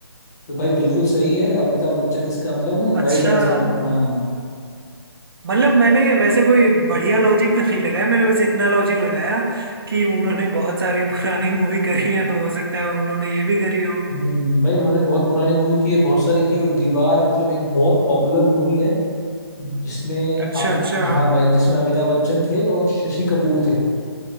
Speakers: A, on the left; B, on the right.
A: तो भाई बिल्कुल सही है अमिताभ बच्चन इसका मतलब ना
B: अच्छा
A: राइट आंसर है हाँ
B: मतलब मैंने वैसे कोई बढ़िया लॉजिक तो नहीं लगाया मैंने बस इतना लॉजिक लगाया कि उन्होंने बहुत सारी पुरानी मूवी करी है तो हो सकता है उन्होंने ये भी करी हो
A: हम्म भाई उन्होंने बहुत पुरानी मूवी की है बहुत सारी की है और दीवार मतलब एक बहुत पॉपुलर मूवी है जिसमें
B: अच्छा
A: अम
B: अच्छा
A: हाँ भाई जिसमें अमिताभ बच्चन थे और शशि कपूर थे